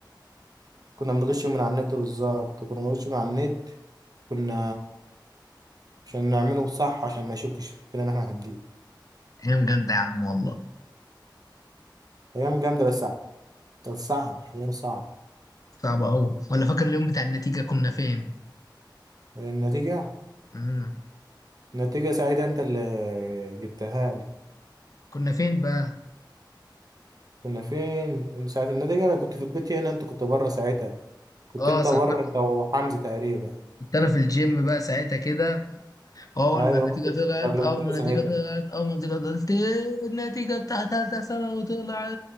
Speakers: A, on the right (about 50°); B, on the left (about 45°).
A: كنا بنغش من على النت بالظبط كنا بنغش من على النت كنا عشان نعملهم صح عشان ما يشكش فينا ان احنا هنديه
B: ايام جامده يا عم والله
A: ايام جامده بس صعب كان صعب ايام صعب
B: صعبه قوي ولا فاكر اليوم بتاع النتيجه كنا فين
A: النتيجه
B: امم
A: النتيجة ساعتها انت اللي جبتها لي
B: كنا فين بقى
A: كنا فين ساعة النتيجة انا كنت في البيت هنا انت كنت بره ساعتها كنت
B: اه
A: انت
B: ساعتها
A: بره انت وحمزة تقريبا
B: كنت انا في الجيم بقى ساعتها كده اول
A: ايوه
B: ما النتيجه
A: كنت
B: طلعت
A: كلمتني
B: اول ما النتيجه
A: ساعتها
B: طلعت اول ما النتيجه طلعت إيه النتيجه بتاعت ثالثه ثانوي طلعت